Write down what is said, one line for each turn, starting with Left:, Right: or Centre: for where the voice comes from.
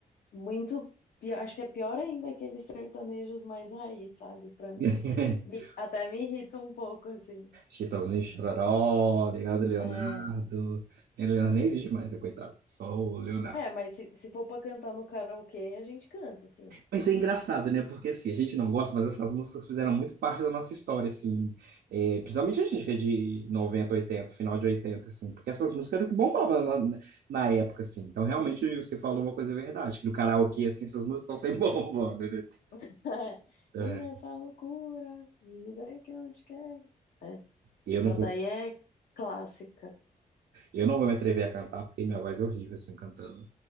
Left: Muito, pi- acho que é pior ainda aqueles sertanejos mais raiz, sabe? Pra mim.
Right: <laughs>
Left: Me- até me irrita um pouco, assim.
Right: Chitãozinho e Chororó, Leonardo Leonardo.
Left: É,
Right: Leonardo nem existe mais, né, coitado? Só o Leonardo.
Left: é mas se, se for pra cantar no karaokê, a gente canta, assim.
Right: Mas é engraçado, né? Porque assim, a gente não gosta, mas essas músicas fizeram muito parte da nossa história, assim. É, principalmente a gente que é de 90, 80, final de 80 assim. Porque essas músicas eram o que bombava na, na época, assim. Então, realmente, você falou uma coisa verdade, que no karaokê, assim, essas músicas estão sempre <laughs> bombando, né?
Left: <laughs>
Right: É,
Left: E nessa loucura de dizer que não te quero. É.
Right: eu
Left: Essa
Right: não vou,
Left: daí é clássica.
Right: eu não vou me atrever a cantar, porque minha voz é horrível, assim, cantando.